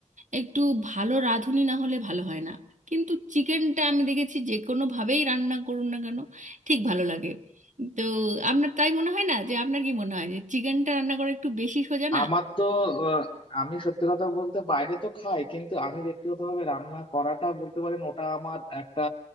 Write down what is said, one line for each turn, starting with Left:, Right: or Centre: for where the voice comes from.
Right: একটু ভালো রাঁধুনি না হলে ভালো হয় না কিন্তু চিকেনটা আমি দেখেছি যে কোনোভাবেই রান্না করুন না কেন ঠিক ভালো লাগে তো আপনার তাই মনে হয় না যে আপনার কি মনে হয় যে চিকেনটা রান্না করা একটু বেশি সোজা না
Left: আমার তো আহ, আমি সত্যি কথা বলতে বাইরে তো খাই কিন্তু আমি ব্যক্তিগতভাবে রান্না করাটা বলতে পারেন ওটা আমার একটা